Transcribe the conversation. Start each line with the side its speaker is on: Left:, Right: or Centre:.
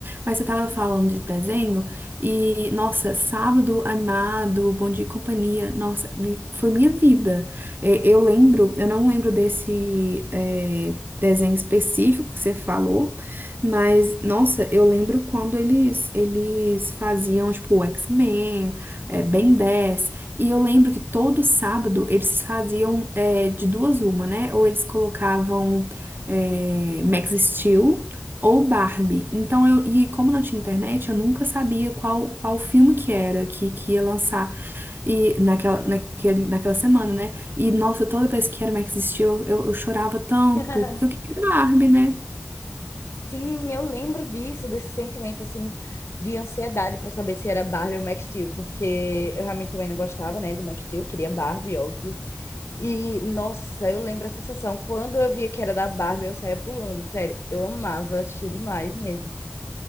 Right: Mas você tava falando de desenho, e nossa, sábado animado, Bom Dia e Companhia, nossa, vi- foi minha vida. É, Eu lembro, eu não lembro desse é, desenho específico que você falou, mas nossa, eu lembro quando eles eles faziam tipo o X-Men, é, Ben 10, e eu lembro que todo sábado eles faziam é, de duas uma, né? Ou eles colocavam é, Max Steel ou Barbie. Então eu e como não tinha internet, eu nunca sabia qual qual filme que era que que ia lançar. E naquela, naquele, naquela semana, né? E nossa, toda vez que era Max Steel, eu, eu chorava tanto,
Left: <laughs>
Right: porque eu queria Barbie, né?
Left: Sim, eu lembro disso, desse sentimento assim de ansiedade para saber se era Barbie ou Max Steel, porque eu realmente também não gostava, né, de Max Steel, queria Barbie, óbvio. E nossa, eu lembro a sensação quando eu via que era da Barbie, eu saía pulando, sério. Eu amava assistir demais mesmo.